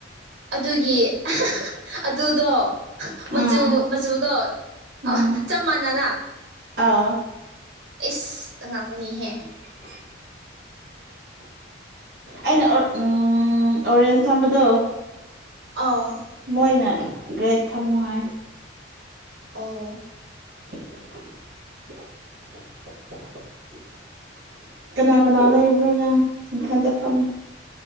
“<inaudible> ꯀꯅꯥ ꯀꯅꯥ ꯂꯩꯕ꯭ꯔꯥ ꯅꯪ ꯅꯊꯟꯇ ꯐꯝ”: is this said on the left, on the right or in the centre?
Right